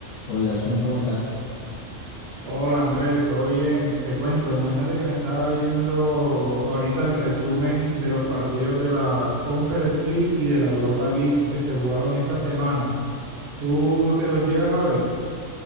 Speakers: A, on the left; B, on the right.
A: Hola John, ¿cómo estás?
B: Hola Andrés, ¿todo bien? Te cuento, imagínate que me estaba viendo ahorita el resumen de los partidos de la Conference League y de la Europa League que se jugaron esta semana. ¿Tú te los llegas a ver?